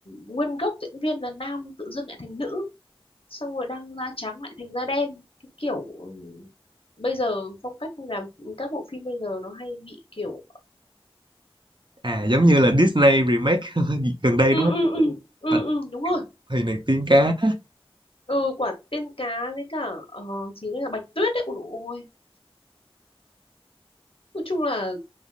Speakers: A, on the left; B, on the right.
A: nguyên gốc diễn viên là nam tự dưng lại thành nữ xong rồi đang da trắng lại thành da đen cái kiểu ừ, bây giờ phong cách làm các bộ phim bây giờ nó hay bị kiểu
B: à giống như là Disney remake <laughs> gần đây
A: ừ
B: đúng không
A: ừ ừ ừ,
B: Bạch
A: ừ đúng rồi
B: Huyền nàng tiên cá
A: ừ quả tiên cá với cả ờ, chỉ là bạch tuyết đấy ôi dồi ôi nói chung là